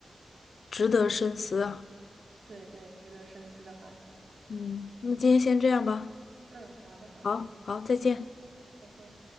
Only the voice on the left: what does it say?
值得深思啊。
嗯，那今天先这样吧。
好，好，再见。